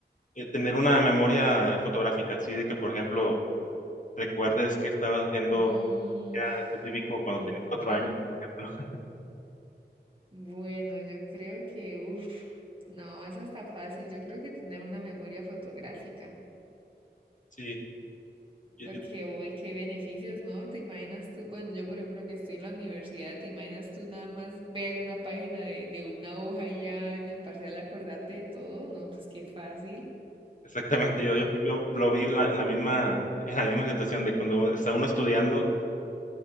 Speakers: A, on the left (about 45°); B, on the right (about 30°).
A: Eh, tener una memoria fotográfica, así de que, por ejemplo, recuerdes qué estabas haciendo
B: Mm,
A: ya en específico cuando
B: ok.
A: tenías cuatro años, por ejemplo. <laughs>
B: Bueno, yo creo que, uff, no, esa está fácil. Yo creo que tener una memoria fotográfica.
A: Sí, yo-
B: Porque
A: yo-
B: hoy, qué beneficios, ¿no? ¿Te imaginas tú? Bueno, yo por ejemplo que estoy en la universidad, ¿te imaginas tú nada más ver una página de, de una hoja y ya en el parcial acordarte de todo? No, pues qué fácil.
A: exactamente. Yo, yo, yo lo vi la- en la misma, en la misma situación de cuando está uno estudiando.